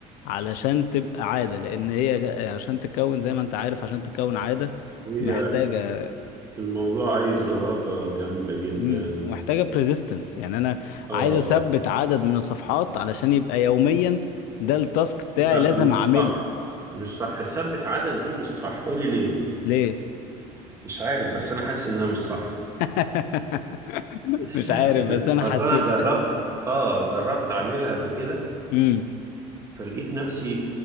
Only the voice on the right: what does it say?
هي
الموضوع عايز إرادة جامدة جدا
اه
لا
مش
صح مش صح ثبت عدد دي مش صح قولي ليه
مش عارف بس انا حاسس انها مش صح
<laughs>
اصل
انا جربت اه جربت اعملها قبل كده
فلقيت نفسي